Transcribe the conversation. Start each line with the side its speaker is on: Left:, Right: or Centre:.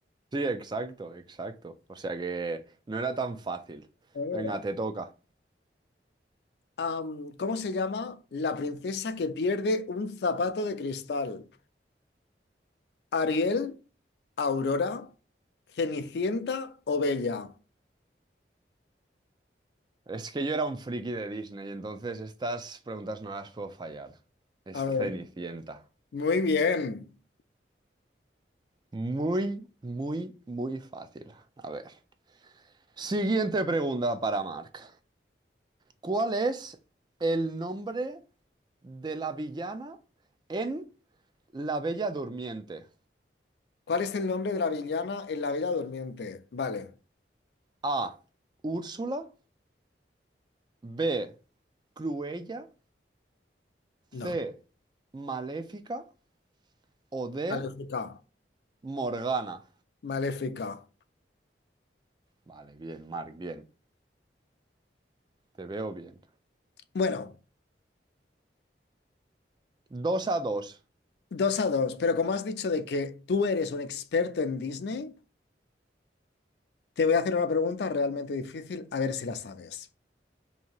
Right: Sí, exacto, exacto. O sea que no era tan fácil.
Left: Eh.
Right: Venga, te toca.
Left: Am, ¿cómo se llama? La princesa que pierde un zapato de cristal. ¿Ariel, Aurora, Cenicienta o Bella?
Right: Es que yo era un friki de Disney, entonces estas preguntas no las puedo fallar. Es
Left: A ver,
Right: Cenicienta.
Left: muy bien.
Right: Muy, muy, muy fácil. A ver. Siguiente pregunta para Mark. ¿Cuál es el nombre de la villana en La Bella Durmiente?
Left: ¿Cuál es el nombre de la villana en La Bella Durmiente? Vale,
Right: A. Úrsula. B. Cruella.
Left: no.
Right: C. Maléfica o D.
Left: Maléfica.
Right: Morgana.
Left: Maléfica.
Right: Vale, bien, Mark, bien. Te veo bien.
Left: Bueno,
Right: Dos a dos.
Left: dos a dos, pero como has dicho de que tú eres un experto en Disney. Te voy a hacer una pregunta realmente difícil, a ver si la sabes.